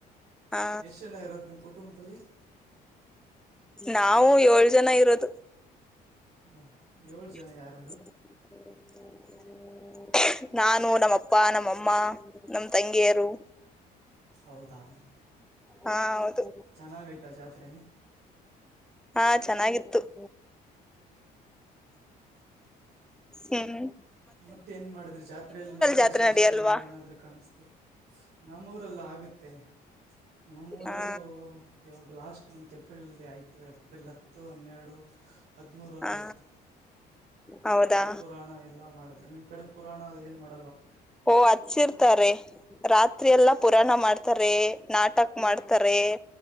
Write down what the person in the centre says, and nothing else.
ಹಾ
ನಾವು ಏಳ್ ಜನ ಇರೋದು
<unintelligible>
ನಾನು ನಮ್ಮ ಅಪ್ಪ ನಮ್ಮಅಮ್ಮ ನಮ ತಂಗಿಯರು
ಹಾ ಹೌದು
ಹಾ ಚೆನ್ನಾಗಿತ್ತು <inaudible> ಹಹ್ಮ್
ಜಾತ್ರೆ
ನಡಿಯಲ್ವಾ
ಹಾ
ಹಾ
ಹೌದಾ
ಓ ಹಚ್ಚಿರ್ತಾರೆ ರಾತ್ರಿ ಎಲ್ಲಾ ಪುರಾಣ ಮಾಡ್ತಾರೆ ನಾಟಕ ಮಾಡ್ತಾರೆ